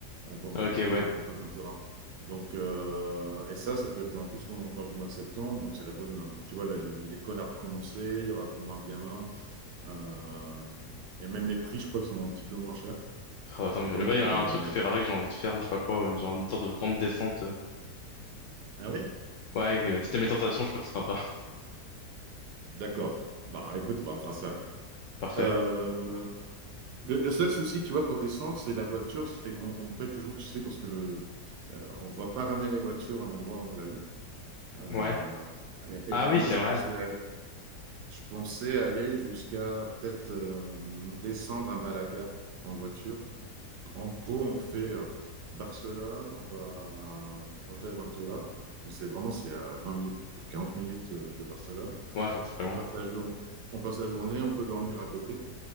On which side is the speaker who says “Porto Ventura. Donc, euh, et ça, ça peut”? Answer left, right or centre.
Right